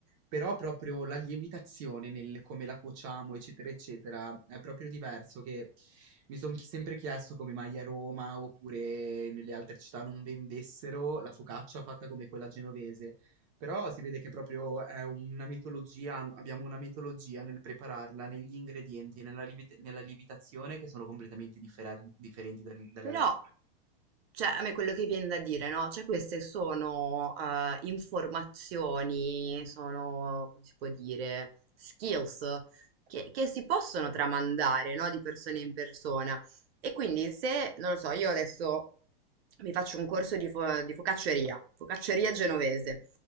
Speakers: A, on the right; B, on the right.
A: Però proprio la lievitazione nel come la cuociamo, eccetera, eccetera, è proprio diverso che mi sono sempre chiesto come mai a Roma oppure nelle altre città non vendessero la focaccia fatta come quella genovese. Però si vede che proprio è una mitologia, abbiamo una mitologia nel prepararla, negli ingredienti, nella, lievit- nella lievitazione che sono completamente differen- differenti dalle dalle
B: Però,
A: altre.
B: cioè, a me quello che viene da dire, no? Cioè, queste sono eh, informazioni, sono, come si può dire, skills che, che si possono tramandare, no? Di persona in persona. E quindi se, non lo so, io adesso mi faccio un corso di, fo- di focacceria, focacceria genovese,